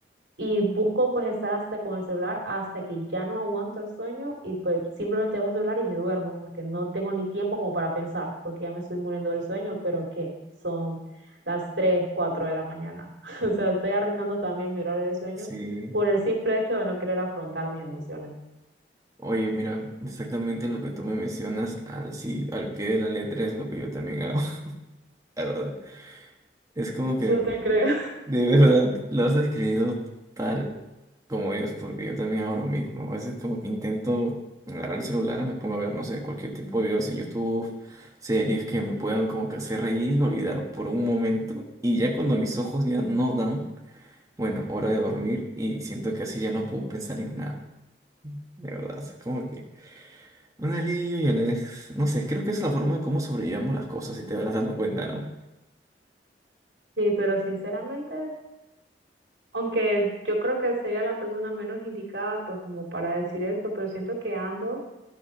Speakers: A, on the right; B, on the right.
A: y busco pues estar hasta con el celular hasta que ya no aguanto el sueño y pues simplemente dejo el celular y me duermo porque no tengo ni tiempo como para pensar porque ya me estoy muriendo del sueño, pero ¿qué? Son las 3 4 de la mañana. <laughs> O sea, estoy arruinando también mi horario de sueño
B: sí,
A: por el simple hecho de no querer afrontar mis emociones.
B: Oye, mira, exactamente lo que tú me mencionas, así al pie de la letra es lo que yo también hago, <laughs> la verdad. Es como
A: <laughs> No
B: que
A: te creo.
B: de verdad lo has escrito tal como ellos, porque yo también hago lo mismo. A veces como que intento agarrar el celular, me pongo a ver, no sé, cualquier tipo de videos en YouTube, series que me puedan como que hacer reír y olvidar por un momento. Y ya cuando mis ojos ya no dan, bueno, hora de dormir y siento que así ya no puedo pensar en nada, de verdad. Es como que... Un alivio y un No sé, creo que es la forma de cómo sobrellevamos las cosas, si te vas dando cuenta, ¿no?
A: Sí, pero sinceramente, aunque yo creo que sería la persona menos indicada pues como para decir esto, pero siento que ambos